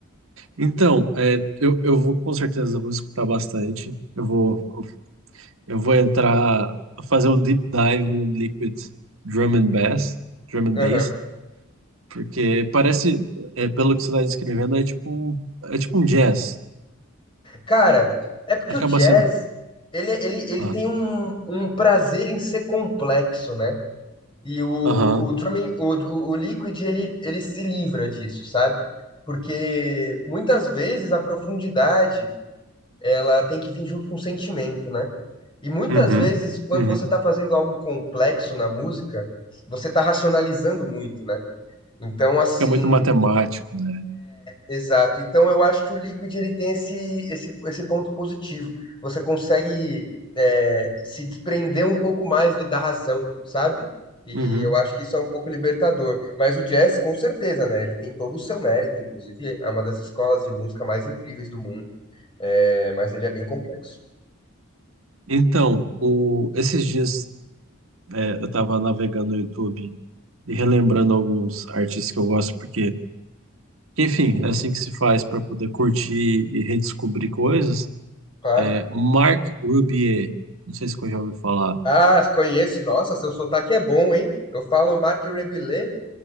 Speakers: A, on the right; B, on the left.
A: Então, é, eu, eu vou com certeza vou escutar bastante. Eu vou Eu vou entrar, fazer um deep dive no Liquid Drum and Bass, Drum and
B: Aham.
A: Bass, porque parece, é, pelo que você está descrevendo, é tipo, um- é tipo um jazz.
B: Cara, é porque
A: Acaba
B: o jazz,
A: sendo.
B: ele, ele, ele
A: Ah,
B: tem um, um prazer em ser complexo, né? E o, o,
A: aham,
B: o drum, and- o, o, o Liquid, ele, ele se livra disso, sabe? Porque muitas vezes a profundidade, ela tem que vir junto com o sentimento, né? E muitas
A: uhum,
B: vezes, quando
A: uhum.
B: você tá fazendo algo complexo na música, você tá racionalizando muito, né? Então, assim,
A: É muito matemático, né?
B: Exato. Então eu acho que o Liquid ele tem esse, esse, esse ponto positivo. Você consegue é, se desprender um pouco mais do- da razão, sabe? E
A: Uhum.
B: eu acho que isso é um pouco libertador. Mas o jazz, com certeza, né? Ele tem todo o seu mérito, inclusive é uma das escolas de música mais incríveis do mundo. É, mas ele é bem complexo.
A: Então, o, esses dias é, eu estava navegando no YouTube e relembrando alguns artistas que eu gosto, porque, enfim, é assim que se faz para poder curtir e redescobrir coisas.
B: Claro.
A: É, Marc Rubier, não sei se você já ouviu falar.
B: Ah, conheço. Nossa, seu sotaque é bom, hein? Eu falo Marc Rebelé,